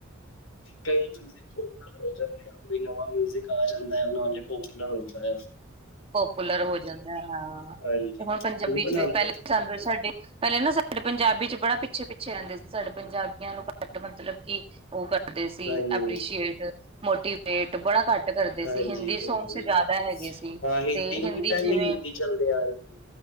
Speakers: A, on the left; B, on the right.
A: ਕਈ ਮਿਊਜ਼ਿਕ ਪੋਪੂਲਰ ਹੋ ਜਾਂਦੇ ਆ ਕੋਈ ਨਵਾਂ ਮਿਊਜ਼ਿਕ ਆ ਜਾਂਦਾ ਹੈ ਉਹਨੇ ਪੋਪੂਲਰ ਹੋ ਜਾਣੇ
B: ਪੋਪੂਲਰ ਹੋ ਜਾਂਦਾ ਹਾਂ
A: ਹਾਂਜੀ,
B: ਤੇ
A: ਕਿਉਂਕਿ
B: ਹੁਣ ਪੰਜਾਬੀ ਚ
A: ਬਣਾਉਂਦੇ
B: ਵੀ ਪਹਿਲੇ
A: ਹੀ
B: ਨ ਸਾਡੇ ਪਹਿਲੇ ਨਾ ਸਾਡੇ ਪੰਜਾਬੀ ਚ ਬੜਾ ਪਿੱਛੇ ਪਿੱਛੇ ਰਹਿੰਦੇ ਸੀ ਸਾਡੇ ਪੰਜਾਬੀਆਂ ਨੂੰ ਘੱਟ ਮਤਲਬ ਕਿ ਉਹ ਕਰਦੇ ਸੀ
A: ਹਾਂਜੀ,
B: ਐਪ੍ਰਸ਼ੀਏਟ ਮੋਟੀਵੇਟ ਬੜਾ ਘੱਟ ਕਰਦੇ
A: ਹਾਂਜੀ,
B: ਸੀ ਹਿੰਦੀ
A: ਹਾਂਜੀ।
B: ਸੌਗਸ ਜ਼ਿਆਦਾ ਹੈਗੇ ਸੀ
A: ਹਾਂ, ਹਿੰਦੀ
B: ਤੇ
A: ਕਿਉਂਕਿ
B: ਹਿੰਦੀ
A: ਪਹਿਲੇ
B: ਜਿਵੇਂ
A: ਹੀ ਹਿੰਦੀ ਚੱਲਦੇ ਆ ਰਹੇ ਸੀ